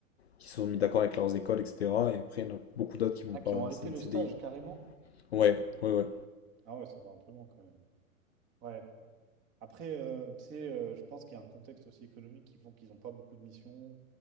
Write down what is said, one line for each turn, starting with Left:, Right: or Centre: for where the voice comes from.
Left: qui se sont mis d'accord avec leurs écoles, etc. Et après, il y en a beaucoup d'autres qui vont
Right: Ah,
Left: pas
Right: qui ont arrêté
Left: signer
Right: le
Left: de CDI,
Right: stage
Left: quoi.
Right: carrément?
Left: Ouais, ouais, ouais.
Right: Ah ouais, ça va un peu loin quand même. Ouais. Après, euh, tu sais, euh, je pense qu'il y a un contexte aussi économique qui font qu'ils n'ont pas beaucoup de missions.